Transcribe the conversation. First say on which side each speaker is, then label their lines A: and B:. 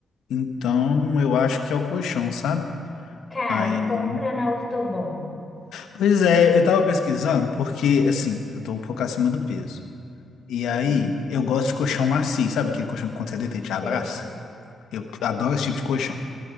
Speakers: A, on the left; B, on the left.
A: Então, eu acho que é o colchão, sabe?
B: Cara,
A: Aí.
B: compra na Ortobon.
A: Pois é, eu tava pesquisando porque, assim, eu tô um pouco acima do peso. E aí,
B: Hum,
A: eu gosto de colchão macio, sabe aquele colchão que quando você deita ele te abraça?
B: sei.
A: Eu adoro esse tipo de colchão.